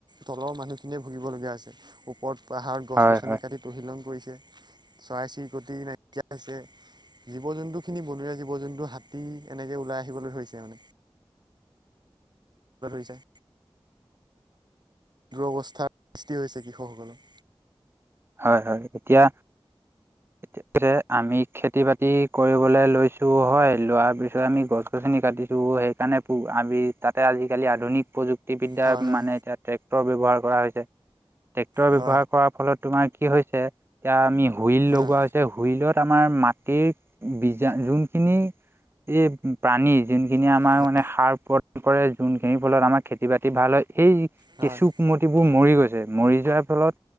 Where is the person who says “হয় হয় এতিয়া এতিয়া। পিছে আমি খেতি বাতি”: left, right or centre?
Right